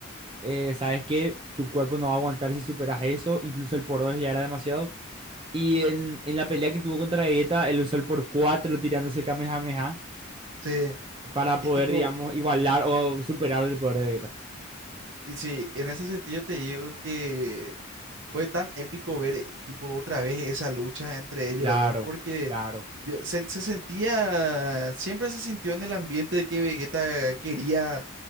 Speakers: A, on the right; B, on the right.
A: eh, sabes que tu cuerpo no va a aguantar si superas eso, incluso el por 2 ya era demasiado. Y en, en la pelea que tuvo contra Vegeta, él usó el por 4 tirándose Kamehameha
B: Sí.
A: para
B: Y
A: poder,
B: tipo,
A: digamos, igualar o superar el poder de Vegeta.
B: y sí, en ese sentido te digo que fue tan épico ver, eh, tipo, otra vez esa lucha entre ellos
A: Claro,
B: dos, porque
A: claro.
B: Yo- se, se sentía, siempre se sintió en el ambiente de que Vegeta quería